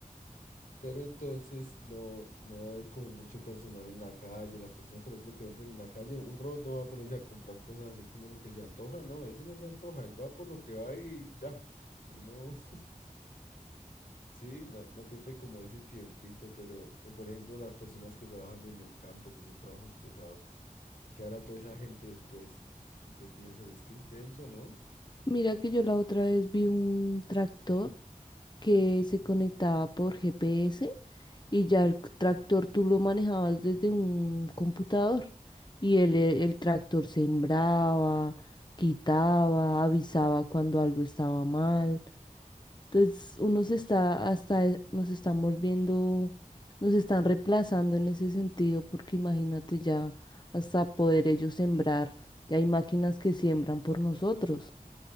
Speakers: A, on the left (about 75°); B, on the left (about 30°).
A: Pero entonces no, no va a haber como mucho personal en la calle. Las personas, por ejemplo, que venden en la calle, un robot no va a ponerse a comprar cosas así como lo que se antoja. No, ese no se antoja. Él va por lo que va y ya. Él no, <laughs> sí, no, no pierde como ese tiempito, pero, o por ejemplo, las personas que trabajan en el campo, que son trabajos pesados. ¿Qué hará toda esa gente después? ¿Tú qué piensas? Es que es denso, ¿no?
B: Mira que yo la otra vez vi un tractor que se conectaba por GPS y ya el tractor tú lo manejabas desde un computador y el, e, el tractor sembraba, quitaba, avisaba cuando algo estaba mal. Entonces uno se está hasta e- nos están volviendo, nos están reemplazando en ese sentido porque imagínate ya hasta poder ellos sembrar, ya hay máquinas que siembran por nosotros.